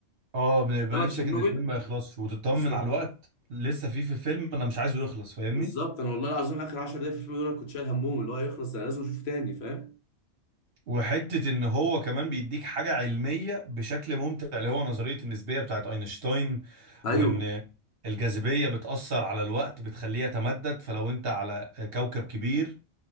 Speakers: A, on the right (about 60°); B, on the left (about 70°).
A: اه بيبقى
B: انما
A: نفسك
B: تشيرنوبل
A: ان الفيلم ما يخلصش وتطمن
B: بالظبط
A: على الوقت لسه فيه في الفيلم انا مش عايزه يخلص فاهمني
B: بالظبط انا والله العظيم اخر 10 دقايق في الفيلم دول أنا كنت شايل همهم اللي هو يخلص انا لازم اشوفه تاني فاهم
A: وحتة ان هو كمان بيديك حاجة علمية بشكل ممتع اللي هو نظرية النسبية بتاعت اينشتاين
B: ايوه
A: وان الجاذبية بتأثر على الوقت بتخليه يتمدد فلو انت على كوكب كبير